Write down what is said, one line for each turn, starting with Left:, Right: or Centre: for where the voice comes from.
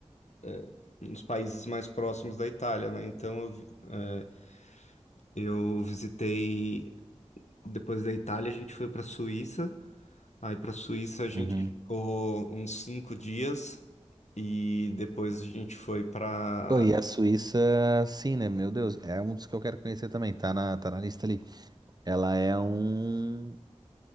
Left: eh, nos países mais próximos da Itália, né? Então, eu, vi- eh, eu visitei depois da Itália, a gente foi para Suíça. Aí para Suíça a gente
Right: Uhum.
Left: ficou uns cinco dias e depois a gente foi para
Right: Pô, e a Suíça, sim, né? Meu Deus, é um dos que eu quero conhecer também. Tá na, tá na lista ali. Ela é um,